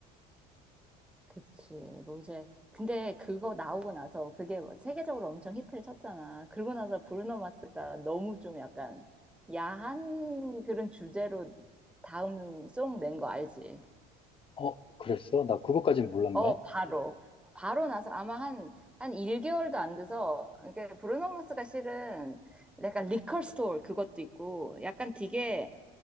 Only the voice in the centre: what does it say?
그치, 로제. 근데 그거 나오고 나서 그게 뭐 세계적으로 엄청 히트를 쳤잖아. 그러고 나서 브루노 마스가 너무 좀 약간 야한 그런 주제로 다음 송 낸 거 알지?
어, 바로. 바로 나서 아마 한, 한 1개월도 안 돼서, 그러니까 브루노 마스가 실은 약간 리컬 스토어 그것도 있고, 약간 되게